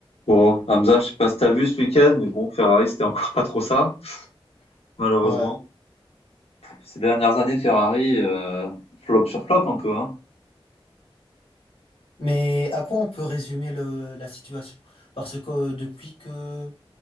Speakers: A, on the left (about 80°); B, on the left (about 65°).
A: Bon, Hamza, je sais pas si t'as vu ce week-end, mais bon, Ferrari, c'était encore pas trop ça, malheureusement.
B: Ouais,
A: Ces dernières années, Ferrari, euh, flop sur flop un peu, hein.
B: mais à quoi on peut résumer le, la situation? Parce que euh, depuis que,